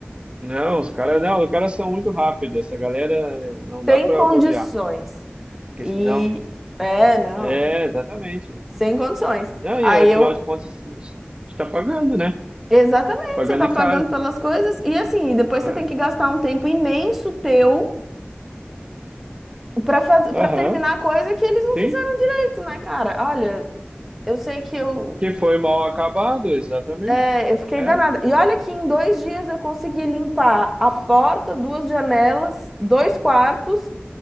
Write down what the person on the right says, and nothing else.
Não, os caras não, os caras são muito rápidos. Essa galera eh,
não dá
para
bobear, porque
senão
é exatamente.
Não,
e afinal
de contas está pagando, né?
Pagando
e
caro.
né?
Aham,
sim.
Que foi mal acabado, exatamente.
É.